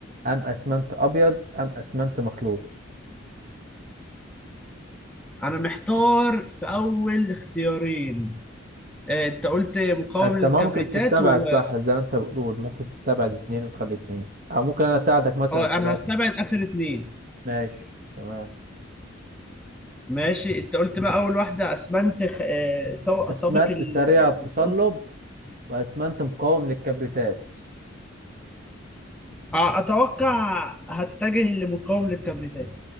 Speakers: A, on the right (about 45°); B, in the centre.
A: أم أسمنت أبيض أم أسمنت مخلوط
B: انا محتار في اول اختيارين آه، انت قلت مقاوم
A: انت
B: للكبريتات
A: ممكن تستبعد
B: و
A: صح زي ما انت بتقول ممكن تستبعد اتنين وتخلي اتنين او ممكن انا اساعدك مثلا
B: اه
A: استبعد
B: انا هستبعد اخر اتنين
A: ماشي تمام
B: ماشي انت قلت بقى اول واحدة اسمنت خ... آه، سو-
A: اسمنت
B: سابق ال...
A: سريع التصلب
B: انت قلت
A: واسمنت مقاوم للكبريتات
B: آه، اتوقع هتجه لمقاوم للكبريتات